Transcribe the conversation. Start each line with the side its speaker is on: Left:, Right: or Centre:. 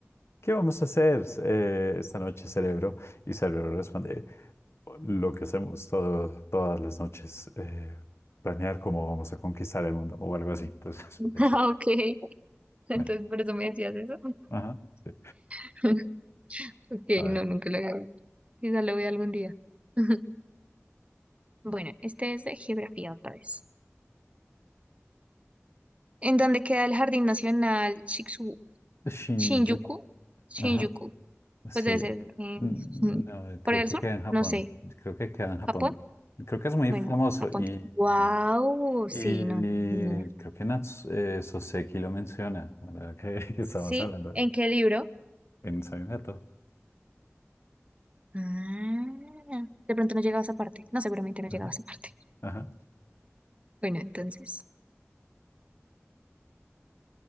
Left: ¿qué vamos a hacer eh, esta noche, cerebro? Y cerebro responde lo que hacemos todo- todas las noches eh, planear cómo vamos a conquistar el mundo o algo así. Entonces por eso,
Right: Ah, Ok, entonces
Left: bueno,
Right: por eso me decías eso.
Left: ajá, sí,
Right: <laughs> Ok,
Left: a ver,
Right: no, nunca lo había visto. Quizá lo vea algún día. <laughs> Bueno, este es de geografía otra vez. ¿En dónde queda el Jardín Nacional Shiksu-
Left: Shinjuku,
Right: Shinjuku? Shinjuku.
Left: ajá. Sí,
Right: Pues debe ser en
Left: mm,
Right: <laughs>
Left: no, creo
Right: Corea del
Left: que
Right: Sur.
Left: queda en Japón.
Right: No sé.
Left: Creo que queda en Japón.
Right: ¿Japón?
Left: Creo que es muy
Right: Bueno,
Left: famoso
Right: apunta.
Left: y,
Right: Wow,
Left: y
Right: sí, no, ni idea.
Left: creo que Nats, eh, Soseki lo menciona, ahora que, <laughs> que estamos
Right: ¿Sí?
Left: hablando
Right: ¿En qué libro?
Left: en Inside Nato.
Right: Ah, de pronto no llegaba a esa parte. No, seguramente no
Left: Ajá,
Right: llegaba a esa parte.
Left: ajá.
Right: Bueno, entonces,